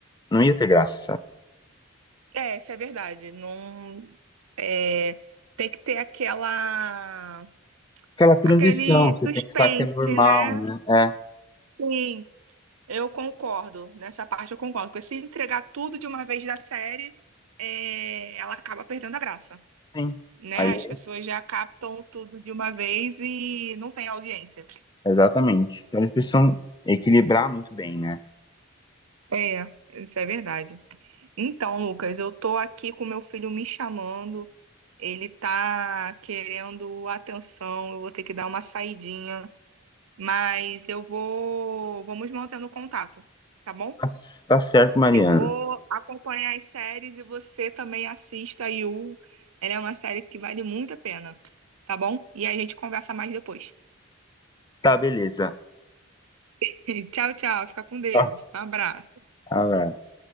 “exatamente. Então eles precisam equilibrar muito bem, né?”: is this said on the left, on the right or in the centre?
Left